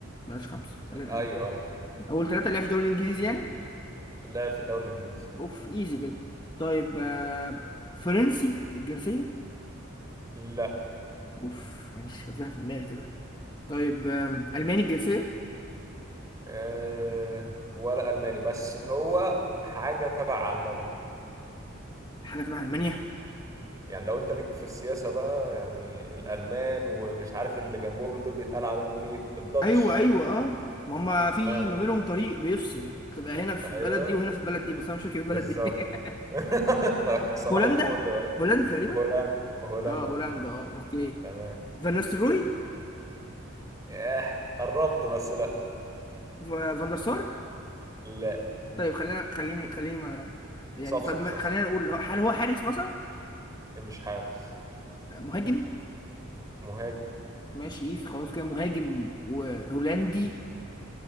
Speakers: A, on the left (about 20°); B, on the right (about 15°).
A: بلاش خمسة
B: ايوه
A: خلينا نقلل
B: ايوه
A: أول ثلاثة اللي هي في الدوري الإنجليزي يعني
B: لعب في الدوري الانجليزي
A: أوف إيزي كده طيب آه، فرنسي الجنسية
B: لا
A: أوف مش كان في واحد في دماغي كده طيب آم، ألماني الجنسية
B: آه ولا الماني بس هو حاجه تبع المانيا
A: حاجة تبع ألمانيا
B: يعني لو انت ليك في السياسه بقى يعني الالمان ومش عارف اللي جنبهم دول بيتقال عليهم ايه الداتش
A: أيوه أيوه أه ما هما في
B: ها
A: ما بينهم طريق بيفصل تبقى هنا في
B: اه
A: البلد
B: ايوه
A: دي وهنا في البلد دي بس أنا مش فاكر البلد
B: بالظبط
A: دي <laughs>
B: <laughs> صباح
A: هولندا
B: الفل بقى
A: هولندا تقريبا
B: هولاند هولندي
A: اه هولندا اه اوكي
B: تمام
A: فان نيستلروي
B: اه قربت بس لا
A: فا- فان دير سار
B: لا
A: طيب خلينا خليني خليني ما يعني
B: صفصف
A: طب ما-
B: صفصف
A: خلينا نقول هل هو حارس مثلا
B: مش حارس
A: مهاجم
B: مهاجم
A: ماشي إيه، خلاص كده مهاجم وهولندي